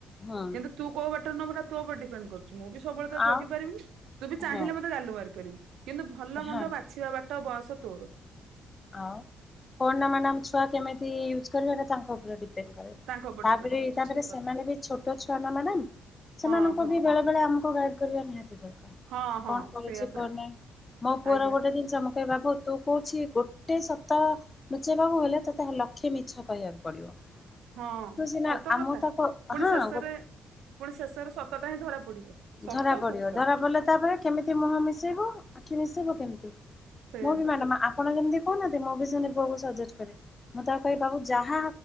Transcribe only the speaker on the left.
ହୁଁ
ଆଉ
ହଁ
ହଁ
ଆଉ ଫୋନ୍ ନା ମ୍ୟାଡ଼ାମ ଛୁଆ କେମିତି ୟୁଜ୍ କରିବାଟା ତାଙ୍କ ଉପରେ ଡିପେଣ୍ଡ କରେ।
ତାପରେ
ତାପରେ
ସେମାନେ
ବି ଛୋଟ ଛୁଆ ନୁହେଁ ନା ସେମାନଙ୍କୁ
ବି ବେଳେ ଆମକୁ ଗାଇଡ କରିବା ନିହାତି ଦରକାର
କଣ କରୁଛି
କଣ ନାହିଁ ମୋ ପୁଅର
ଗୋଟେ ଦି ଚମକେଇ ବାକୁ ତୁ କହୁଛି ଗୋଟେ ସତ ଲୁଚେଇବାକୁ ହେଲେ ତତେ ଲକ୍ଷେ ମିଛ କହିବାକୁ ପଡିବ।
ତୁ ସିନା
ଆମ
ତାକୁ
ହଁ
ହଁ
ଧରା ପଡିବ
ଧରା ପଡିଲେ ତାପରେ କେମିତି ମୁହଁ ମିଶେଇବ ଆଖି ମିଶେଇବ କେମିତି?
ମୁଁ ବି
ମ୍ୟାଡାମ ଆପଣ ଯେମିତି କହୁନାହାନ୍ତି ମୁଁ ବି ସେମିତି ପୁଅ କୁ ସଜେଷ୍ଟ କରେ। ମୁଁ ତାକୁ କହିବି ତାକୁ ବାବୁ ଯାହା